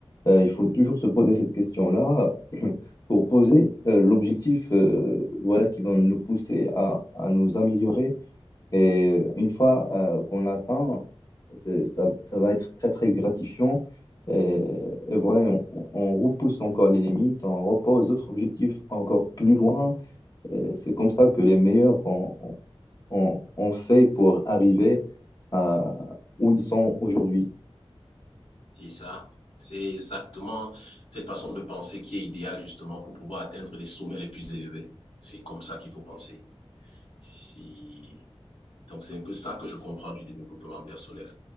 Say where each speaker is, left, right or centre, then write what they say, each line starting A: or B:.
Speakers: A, on the left; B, on the left.
A: Euh, il faut toujours se poser cette question-là <clears throat> pour poser euh, l'objectif euh, voilà, qui va nous pousser à, à nous améliorer. Et euh, une fois euh, qu'on l'atteint, c'est- ça, ça va être très, très gratifiant. Et, et voilà, on, on on repousse encore les limites, on repose d'autres objectifs encore plus loin. Et C'est comme ça que les meilleurs ont, ont, ont fait pour arriver à où ils sont aujourd'hui.
B: C'est ça. C'est exactement cette façon de penser qui est idéale justement pour pouvoir atteindre les sommets les plus élevés. C'est comme ça qu'il faut penser. Si... Donc c'est un peu ça que je comprends du développement personnel.